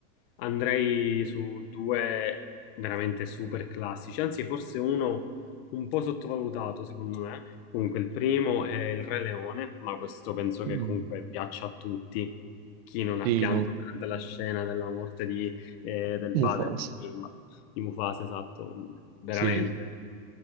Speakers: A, on the left; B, on the right.
A: andrei su due veramente super classici, anzi forse uno un po' sottovalutato secondo me. Comunque il primo è il Re Leone, ma questo penso che
B: Mm,
A: comunque piaccia a tutti, chi non ha
B: sì,
A: pianto
B: non...
A: durante la scena della morte di, eh, del padre
B: Mufasa.
A: di Simba, di Mufasa, esatto, veramente.
B: Sì.